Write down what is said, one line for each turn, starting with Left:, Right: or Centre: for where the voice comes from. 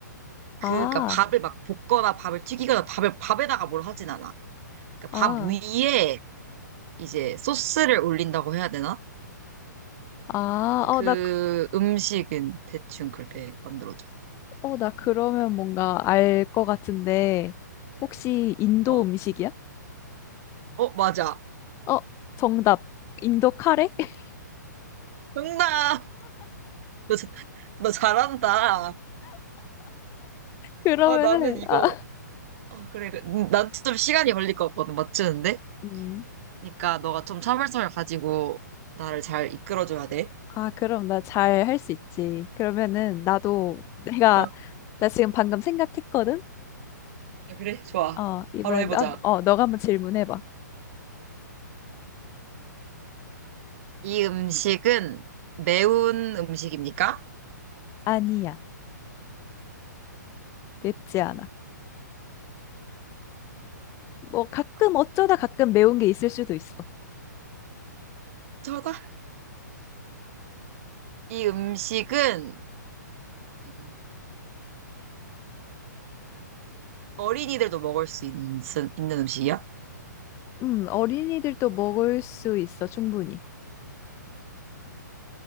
Right: 그니까
Left: 아,
Right: 밥을 막 볶거나 밥을 튀기거나 밥을 밥에다가 뭘 하진 않아. 그러니까
Left: 아,
Right: 밥 위에 이제 소스를 올린다고 해야 되나?
Left: 아, 어,
Right: 그
Left: 나, 그-
Right: 음식은 대충 그렇게 만들어져.
Left: 어, 나 그러면 뭔가 알 것 같은데, 혹시 인도
Right: 어,
Left: 음식이야?
Right: 어, 맞아.
Left: 어, 정답. 인도 카레? <laughs>
Right: 정답. <laughs> 너, 자- 너 잘한다.
Left: 그러면은,
Right: 아, 나는 이거,
Left: 아,
Right: 어, 그래. 그래. 음, 난좀 시간이 걸릴 것 같거든, 맞추는데?
Left: 음.
Right: 그러니까 너가 좀 참을성을 가지고 나를 잘 이끌어줘야 돼.
Left: 아, 그럼 나 잘 할 수 있지. 그러면은, 나도 내가,
Right: 어. 아,
Left: 나 지금 방금 생각했거든?
Right: 그래? 좋아.
Left: 어, 이번엔,
Right: 바로 해보자.
Left: 아, 어, 너가 한번 질문해봐.
Right: 이 음식은 매운 음식입니까?
Left: 아니야. 맵지 않아. 뭐, 가끔
Right: 음,
Left: 어쩌다 가끔 매운 게 있을 수도 있어.
Right: 저다. 이 음식은 음, 어린이들도 먹을 수 있는, 있는 음식이야?
Left: 음, 어린이들도 먹을 수 있어, 충분히.